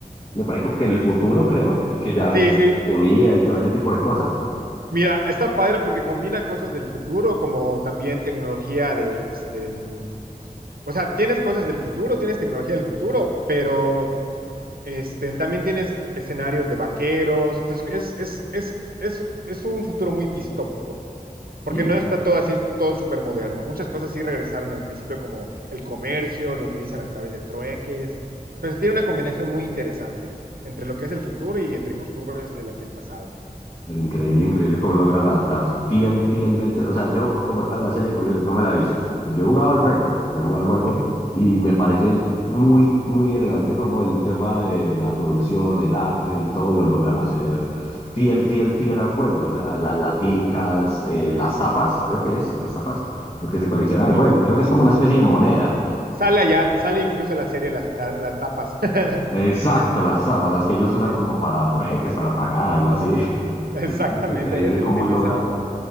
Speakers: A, on the left; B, on the right.
A: me parece como que en el futuro, creo, y que ya hay
B: Sí, sí.
A: comida y todo ese tipo de cosas.
B: Mira, está padre porque combina cosas del futuro como también tecnología de este. mm, O sea, tienes cosas del futuro, tienes tecnología del futuro, pero este, también tienes escenarios de vaqueros. Entonces, es, es, es, es, es un futuro muy distópico. Porque
A: Sí,
B: no
A: o
B: está
A: sea,
B: todo así, todo súper moderno. Muchas cosas sí regresaron al principio, como el comercio, lo utilizan a través de trueques. Entonces tiene una combinación muy interesante entre lo que es el futuro y entre costumbres de la- del pasado.
A: Pero increíble, increíble cómo logran adaptar fiel, fielmente. O sea, yo como tal la serie de Julio no me la he visto. Pues yo he jugado el juego, he jugado el juego
B: Ujú,
A: y me parece muy, muy elegante como el tema de la producción, el arte y todo lo logran hacer fiel, fiel, fiel al juego. O sea, las laticas, eh, las tapas, creo que es, las tapas, lo que se colecciona
B: ujú.
A: en el juego. Creo que es como una especie de moneda.
B: Sale allá, sale incluso la serie, las, la- las tapas. <laughs>
A: Exacto, las tapas, las que ellos usan
B: Sí,
A: como para trueques, para pagar, algo así. <laughs>
B: exactamente,
A: Es muy increíble
B: allá sí
A: cómo
B: lo utilizan
A: logran
B: igual.